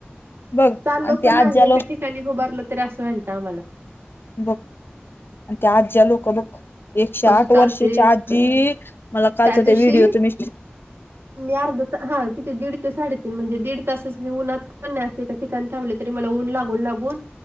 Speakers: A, on the left; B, on the right.
A: बघ
B: चाललो
A: आणि ती
B: पण नाही
A: आज्याला
B: एका ठिकाणी उबारलं तरी असं वलत आम्हाला
A: बघ आणि त्या आज्या लोक बघ एकशे
B: कसं
A: आठ
B: चालते
A: वर्षाच्या आजी
B: काय
A: मला कालचा
B: त्या दिवशी
A: ते व्हिडिओ तुम्ही
B: मी अर्ध हा किती दीड ते साडेतीन म्हणजे दीड तासच मी उन्हात कन असे विक थांबलं तरी मला ऊन लागून लागून